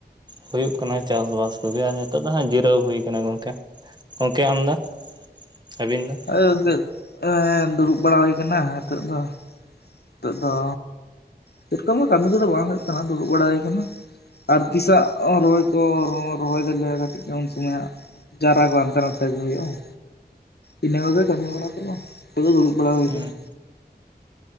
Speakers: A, on the right; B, on the left.
A: ᱦᱩᱭᱩᱜ ᱠᱟᱱᱟ ᱪᱟᱥᱵᱟᱥ ᱠᱚᱜᱮ ᱟᱨ ᱱᱤᱛᱚᱜ ᱫᱚ ᱦᱟᱸᱜ ᱡᱤᱨᱟᱹᱣ ᱦᱩᱭᱠᱟᱱᱟ ᱜᱚᱝᱠᱮ᱾ ᱜᱚᱝᱠᱮ ᱟᱢ ᱫᱚ ᱟᱹᱵᱤᱱ ᱫᱚ?
B: ᱟᱞᱮ ᱥᱮᱫ ᱚ ᱦᱮᱸ ᱫᱩᱲᱩᱵ ᱵᱟᱲᱟ ᱦᱩᱭ ᱠᱟᱱᱟ ᱦᱮᱛᱚᱜ ᱫᱚ᱾ ᱱᱤᱛᱚᱜ ᱫᱚ ᱥᱮᱭ ᱨᱚᱠᱚᱢ ᱫᱚ ᱠᱟᱹᱢᱤ ᱠᱚᱫᱚ ᱵᱟᱝ ᱦᱩᱭᱩᱜ ᱠᱟᱱᱟ ᱫᱩᱲᱩᱵ ᱵᱟᱲᱟ ᱦᱩᱭᱠᱟᱱᱟ᱾ ᱟᱨ ᱛᱤᱥᱟᱜ ᱨᱚᱦᱚᱭ ᱠᱚ ᱨᱚᱸ ᱨᱚᱦᱚᱭ ᱫᱟᱞᱮᱭᱟ ᱠᱟᱹᱴᱤᱜ ᱩᱱ ᱥᱚᱢᱚᱭ ᱦᱟᱸᱜ ᱪᱟᱨᱟ ᱠᱚ ᱦᱟᱱᱛᱮ ᱱᱟᱛᱮ ᱠᱚ ᱦᱩᱭᱩᱜᱼᱟ᱾ ᱤᱱᱟᱹ ᱠᱚᱜᱮ ᱠᱟᱹᱢᱤ ᱵᱟᱲᱟ ᱠᱚᱫᱚ ᱠᱷᱟᱹᱞᱤ ᱫᱩᱲᱩᱵ ᱵᱟᱲᱟ ᱦᱩᱭ
A: ᱦᱩᱸ
B: ᱠᱟᱱᱟ᱾